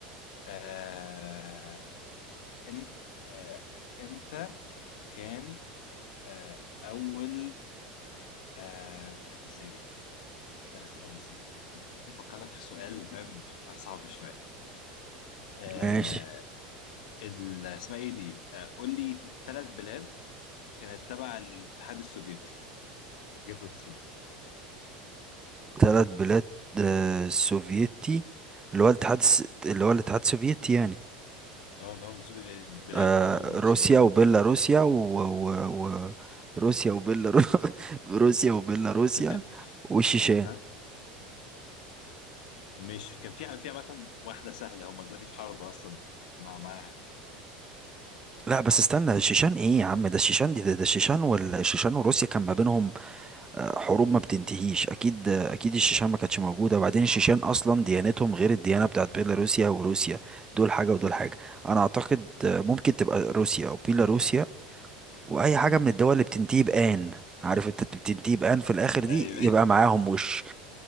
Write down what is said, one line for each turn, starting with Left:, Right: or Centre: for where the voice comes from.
Left: آه... إم... آه... امتى كان آه... اول آه... أقول لك ازاي دي لا استنى استنى استنى محتاج افكر لك في سؤال فاهم يبقى صعب شوية آه...
Right: ماشي
Left: ال... اسمها ايه دي آه... قول لي ثلاث بلاد كانت تبع الاتحاد السوفيتي غير روسيا يعني
Right: ثلاث بلاد آه، سوفيتي اللي هو الاتحاد الس- اللي هو الاتحاد السوفيتي يعني
Left: اه ده هو السوفي- آه، بلاد
Right: آه،
Left: كانوا
Right: روسيا
Left: اسمه ايه ده
Right: وبيلاروسيا و... و... و... روسيا وبيلاروسيا <laughs> روسيا وبيلاروسيا
Left: <laughs>
Right: والشيشان
Left: ها مش كان فيها فيها مثلا واحدة سهلة هم دلوقتي في حرب أصلا مع معاها
Right: لا بس استنى الشيشان ايه يا عم ده الشيشان دي ده, ده الشيشان والشيشان وروسيا كان ما بينهم آه، حروب ما بتنتهيش اكيد آه، اكيد الشيشان ما كانتش موجوده وبعدين الشيشان اصلا ديانتهم غير الديانه بتاعت بيلاروسيا وروسيا دول حاجه ودول حاجه انا اعتقد آه، ممكن تبقى روسيا او بيلاروسيا واي حاجه
Left: أمم.
Right: من الدول اللي بتنتهي بان عارف انت بتنتهي بان في الاخر
Left: أيوه
Right: دي يبقى معاهم وش